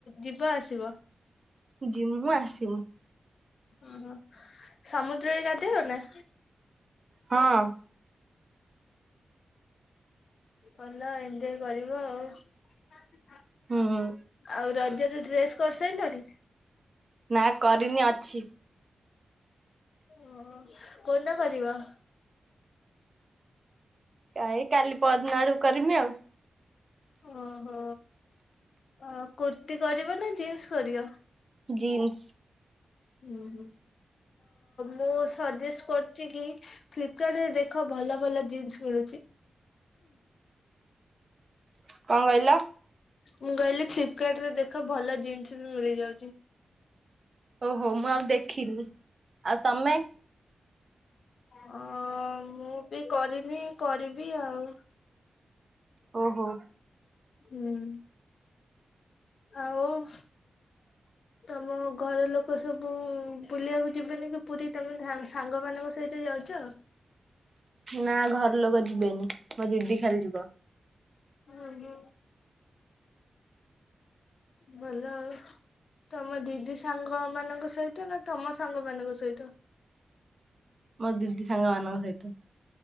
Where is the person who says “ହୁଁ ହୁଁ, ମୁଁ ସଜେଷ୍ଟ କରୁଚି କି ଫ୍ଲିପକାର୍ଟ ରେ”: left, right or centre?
Left